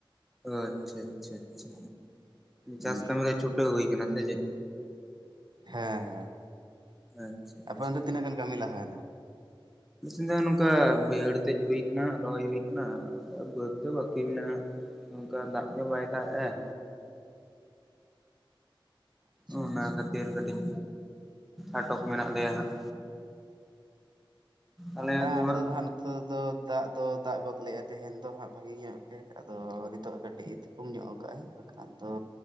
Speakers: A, in the centre; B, on the right.
A: ᱚ ᱟᱪᱪᱷᱟ ᱟᱪᱪᱷᱟ ᱟᱪᱪᱷᱟ
B: ᱦᱩᱸ
A: ᱪᱟᱥ ᱠᱟᱹᱢᱤ ᱨᱮ ᱪᱷᱩᱴᱟᱹᱣ ᱦᱩᱭ ᱠᱟᱱᱟ ᱥᱮ ᱪᱮᱜ?
B: ᱦᱮᱸ ᱦᱮᱸ ᱦᱮᱸ
A: ᱟᱪᱪᱷᱟ ᱟᱪᱪᱷᱟ
B: ᱟᱯᱮ ᱚᱱᱛᱮ ᱛᱤᱱᱟᱹᱜ ᱜᱟᱱ ᱠᱟᱹᱢᱤ ᱞᱟᱦᱟᱭᱱᱟ?
A: ᱟᱞᱮᱥᱮᱱ ᱫᱚ ᱱᱚᱝᱠᱟ ᱵᱟᱹᱭᱦᱟᱹᱲ ᱛᱮᱜ ᱦᱩᱭ ᱠᱟᱱᱟ, ᱨᱚᱦᱚᱭ ᱦᱩᱭ ᱠᱟᱱᱟ, ᱚᱝᱠᱟ ᱵᱟᱹᱫᱽ ᱫᱚ ᱵᱟᱹᱠᱤ ᱢᱮᱱᱟᱜᱼᱟ᱾ ᱱᱚᱝᱠᱟ ᱫᱟᱜ ᱜᱮ ᱵᱟᱭ ᱫᱟᱜᱼᱟᱭ᱾
B: ᱟᱪᱪᱷᱟ
A: ᱚᱱᱟ
B: ᱟᱪᱪᱷᱟ
A: ᱠᱷᱟᱹᱛᱤᱨ ᱠᱟᱹᱴᱤᱡ ᱟᱴᱚᱠ ᱢᱮᱱᱟᱜ ᱞᱮᱭᱟ ᱦᱟᱸᱜ᱾ ᱟᱞᱮᱭᱟᱜ
B: ᱵᱟᱝ ᱟᱞᱮ
A: ᱦᱟᱸᱜ
B: ᱫᱚ ᱫᱚᱦᱟᱸᱜ ᱱᱚ ᱛᱮ ᱫᱚ ᱫᱟᱜ ᱫᱚ ᱫᱟᱜ ᱜᱚᱫ ᱞᱮᱜᱼᱟ ᱛᱮᱦᱮᱧ ᱫᱚ ᱦᱟᱸᱜ ᱵᱷᱟᱹᱜᱤ ᱧᱚᱜ ᱜᱮ, ᱟᱫᱚ ᱱᱤᱛᱚᱜ ᱠᱟᱹᱴᱤᱡ ᱮ ᱛᱷᱤ ᱛᱩᱝ ᱧᱚᱜ ᱠᱟᱜᱼᱟᱭ ᱵᱟᱠᱷᱟᱱ ᱫᱚ